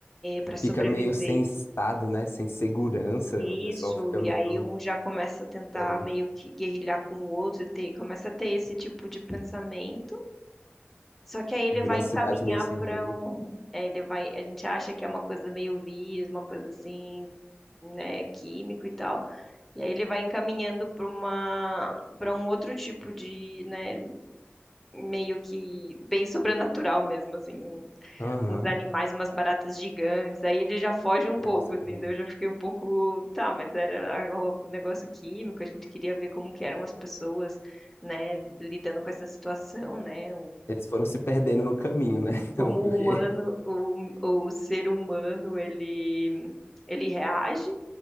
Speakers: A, in the centre; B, on the left.
A: para sobreviver.
B: Fica meio sem estado, né? Sem segurança,
A: Isso,
B: o pessoal fica
A: e
B: meio
A: aí um já começa a tentar
B: diferente.
A: meio que guerrilhar com o outro, e ter, começa a ter esse tipo de pensamento. Só que aí ele
B: Virou
A: vai
B: uma
A: encaminhar
B: cidade meio sem
A: para
B: lei.
A: um, <laughs> é, ele vai, a gente acha que é uma coisa meio vírus, uma coisa assim, né, químico e tal. E aí ele vai encaminhando para uma, para um outro tipo de, né, meio que bem sobrenatural mesmo, assim, um-
B: Aham.
A: uns animais, umas baratas gigantes. Aí ele já foge um
B: Nossa,
A: pouco,
B: que
A: assim,
B: horror.
A: daí eu já fiquei um pouco, tá, mas era a- um negócio químico, a gente queria ver como que eram as pessoas, né, lidando com essa situação, né?
B: Eles foram se perdendo no caminho, né? <laughs> Então,
A: como
B: porque.
A: o humano, o, o ser humano, ele, ele reage.